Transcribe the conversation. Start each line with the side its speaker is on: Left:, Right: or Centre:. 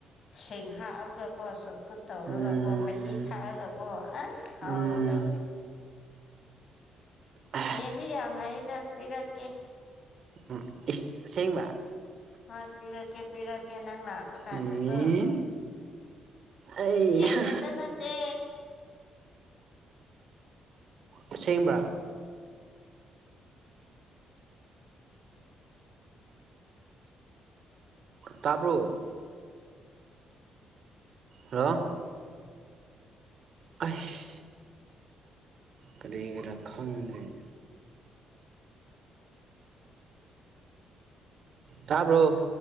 Left: ꯁꯤꯡ ꯍꯥꯞ ꯑꯒ ꯀꯣꯁꯨ ꯐꯨꯠ ꯇꯧꯔꯒꯀꯣ
Right: ꯎꯝ
Left: ꯃꯍꯤ ꯊꯥꯛꯑꯒꯀꯣ ꯑꯁ ꯍꯥꯎꯕꯗꯣ
Right: ꯎꯝ ꯑ
Left: ꯌꯦꯟꯗꯤ ꯌꯥꯝ ꯂꯩꯗ ꯄꯤꯔꯛꯀꯦ
Right: ꯎꯝ ꯏꯁ ꯑꯁꯦꯡꯕ꯭ꯔꯥ
Left: ꯍꯣꯏ ꯄꯤꯔꯛꯀꯦ ꯄꯤꯔꯛꯀꯦ ꯅꯪ ꯂꯥꯛ ꯄꯀꯥꯟꯗꯀꯣ
Right: ꯑꯦ ꯑꯩ
Left: ꯌꯦꯟ
Right: ꯍꯥ
Left: ꯈꯛꯇ ꯅꯠꯇꯦ
Right: ꯑꯁꯦꯡꯕ꯭ꯔꯥ ꯇꯥꯕ꯭ꯔꯣ ꯍꯂꯣ ꯑꯩꯁ ꯀꯔꯤꯒꯤꯔ ꯈꯪꯗ꯭ꯔꯦꯅꯦ ꯇꯥꯕ꯭ꯔꯣ